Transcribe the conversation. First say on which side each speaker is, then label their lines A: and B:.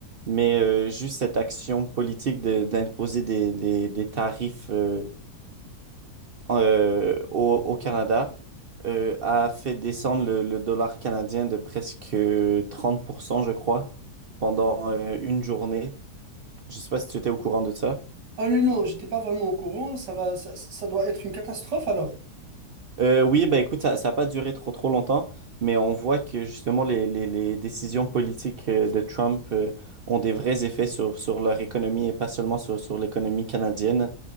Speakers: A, on the right; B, on the right.
A: mais euh, juste cette action politique de- d'imposer des, des, des tarifs euh, en- euh, au, au Canada euh, a fait descendre le, le dollar canadien de presque euh, 30% je crois, pendant euh, une journée. Je ne sais pas si tu étais au courant de ça.
B: Ah non, non, j'étais pas vraiment au courant, ça va, ça, ça doit être une catastrophe alors.
A: Euh, oui, bah écoute, ça, ça n'a pas duré trop trop longtemps, mais on voit que justement les, les, les décisions politiques euh, de Trump euh, ont des vrais effets sur, sur leur économie et pas seulement sur, sur l'économie canadienne.